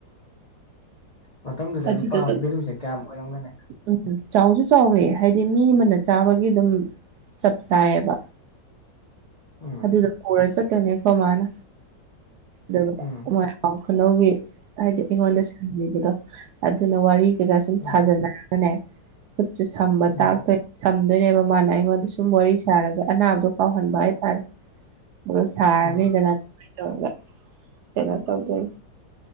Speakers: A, on the left; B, on the right.
A: ꯃꯇꯝꯗꯨꯗ
B: ꯑꯗꯨꯗ
A: ꯂꯨꯄꯥ ꯑꯃꯒꯤ
B: ꯑꯗꯨꯝ
A: ꯚꯦꯂꯨꯁꯦ ꯀꯌꯥꯝ ꯑꯣꯏꯔꯝꯒꯅꯤ
B: ꯎꯝ ꯆꯥꯎꯁꯨ ꯆꯥꯎꯋꯦ ꯍꯥꯏꯗꯤ ꯃꯤ ꯑꯃꯅ ꯆꯥꯕꯒꯤ ꯑꯗꯨꯝ ꯆꯞ ꯆꯥꯏꯕ
A: ꯎꯝ
B: ꯑꯗꯨꯗ ꯆꯠꯇꯅꯤ ꯈꯣꯏꯃꯥꯅ <unintelligible>
A: ꯎꯝ
B: ꯈꯨꯅꯧꯒꯤ ꯍꯥꯏꯗꯤ ꯑꯩꯉꯣꯟꯗ ꯁꯤꯕꯤꯕꯗꯣ ꯑꯗꯨꯅ ꯋꯥꯔꯤ ꯀꯩꯀꯥ ꯁꯨꯝ
A: ꯎꯝ
B: ꯁꯥꯖꯅ ꯅꯦ ꯈꯨꯠꯁꯦ ꯁꯝꯕ
A: ꯎꯝ
B: ꯇꯥꯛꯇꯣꯏ ꯁꯝꯗꯣꯏꯅꯦꯕ ꯃꯥꯅ ꯑꯩꯉꯣꯟꯗ ꯁꯨꯝ ꯋꯥꯔꯤ ꯁꯥꯔꯒ ꯑꯅꯥꯕ ꯀꯥꯎꯍꯟꯕ ꯍꯥꯏꯇꯥꯔꯦ ꯑꯗꯨ ꯁꯥꯔꯅꯤꯗꯅ
A: ꯎꯝ
B: ꯑꯗꯨꯃꯥꯏꯅ ꯇꯧꯔꯒ ꯀꯩꯅꯣ ꯇꯧꯗꯣꯏ